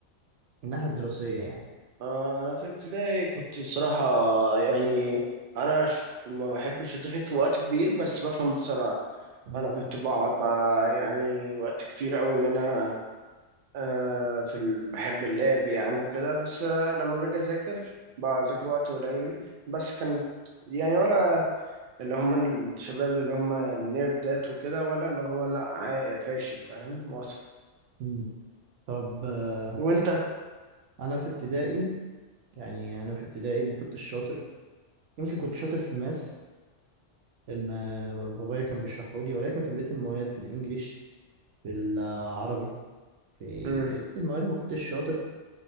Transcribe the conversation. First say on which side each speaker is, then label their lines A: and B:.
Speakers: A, on the right (about 75°); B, on the right (about 60°).
A: من الناحية الدراسية يعني
B: آه انا في ابتدائي كنت صراحة يعني انا ش... ما بحبش اذاكر في وقت كبير بس بفهم بسرعة
A: مم.
B: انا كنت بقعد بقى يعني وقت كتير قوي ان انا آه في ال... بحب اللعب يعني وكده بس آه لما باجي اذاكر بذاكر وقت قليل بس كانت يعني ولا اللي هم الشباب اللي هم النيردات وكده ولا اللي هو لا عا- فاشل فاهم واصل
A: مم. طب آه،
B: وانت
A: انا في ابتدائي يعني انا في ابتدائي ما كنتش شاطر يمكن كنت شاطر في الماس لان آه، بابايا كان بيشرحه لي ولكن في بقية المواد في الانجليش في العربي في
B: مم.
A: بقية المواد ما كنتش شاطر